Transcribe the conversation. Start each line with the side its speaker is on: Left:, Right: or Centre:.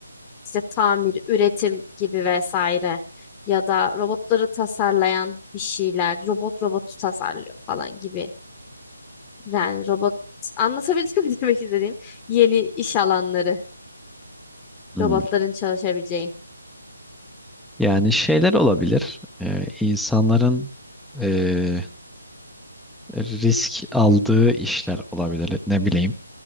Left: işte tamir, üretim gibi vesaire ya da robotları tasarlayan bir şeyler, robot robotu tasarlıyor falan gibi. Yani robot anlatabildim mi <laughs> demek istediğim yeni iş alanları
Centre: Hmm.
Left: robotların çalışabileceği.
Centre: Yani şeyler olabilir. Eee insanların eee, risk aldığı işler olabilir. Ne bileyim.